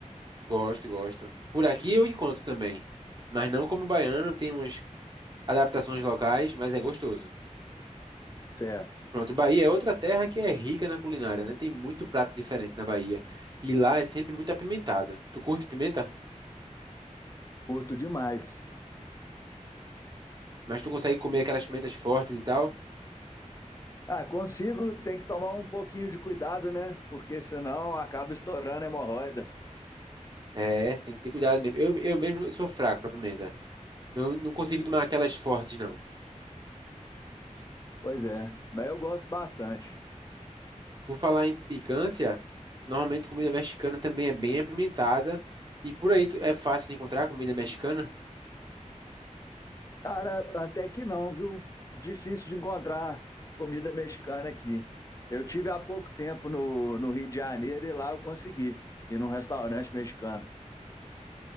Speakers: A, on the right; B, on the left.
A: Gosto, gosto. Por aqui eu encontro também, mas não como baiano, tem umas adaptações locais, mas é gostoso.
B: Certo.
A: Pronto, Bahia é outra terra que é rica na culinária, né? Tem muito prato diferente na Bahia. E lá é sempre muito apimentado. Tu curte pimenta?
B: Curto demais.
A: Mas tu consegue comer aquelas pimentas fortes e tal?
B: Ah, consigo, tem que tomar um pouquinho de cuidado, né? Porque senão acaba estourando a hemorroida.
A: É, tem que ter cuidado mesmo. Eu, eu mesmo sou fraco pra pimenta. Eu não consigo tomar aquelas fortes, não.
B: Pois é, mas eu gosto bastante.
A: Por falar em picância, normalmente comida mexicana também é bem apimentada. E por aí tu- é fácil de encontrar comida mexicana.
B: Cara, até que não, viu? Difícil de encontrar comida mexicana aqui. Eu tive há pouco tempo no, no Rio de Janeiro e lá eu consegui ir num restaurante mexicano.